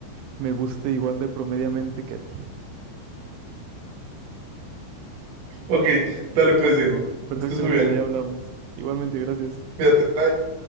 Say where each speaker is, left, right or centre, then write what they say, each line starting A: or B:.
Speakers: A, on the right; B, on the right.
A: me guste igual de promediamente que a ti.
B: Ok, dale pues, Diego.
A: Perfecto,
B: Estés muy
A: Brian,
B: bien.
A: ya hablamos. Igualmente, gracias.
B: Cuídate, bye.